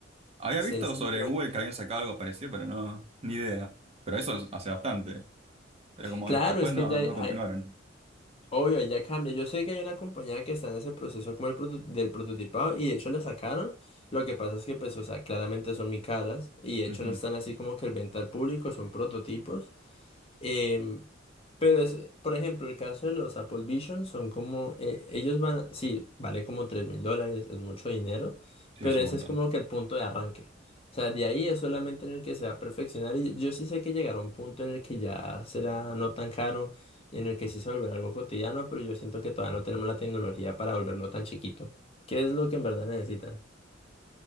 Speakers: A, on the right; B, on the left.
A: Había
B: sencillo.
A: visto sobre Google
B: que-
A: que habían sacado algo parecido, pero no, ni idea. Pero eso es- hace bastante. Pero como
B: Claro,
A: es que después
B: es
A: no,
B: que ya
A: no continuaron.
B: hay, Obvio, ya cambia. Yo sé que hay una compañía que está en ese proceso como el proto- del prototipado y de hecho la sacaron. Lo que pasa es que pues, o sea, claramente son muy caras y de hecho
A: Ujú.
B: no están así como que el venta al público, son prototipos. Em, pero, es, por ejemplo, el caso de los Apple Vision son como, eh, ellos van, a- sí, vale como tres mil dólares, es mucho dinero,
A: Sí,
B: pero
A: es un
B: ese
A: montón.
B: es como que el punto de arranque. O sea, de ahí es solamente en el que se va a perfeccionar y yo sí sé que llegará un punto en el que ya será no tan caro y en el que sí se volverá algo cotidiano, pero yo siento que todavía no tenemos la tecnología para volverlo tan chiquito. ¿Qué es lo que en verdad necesitan?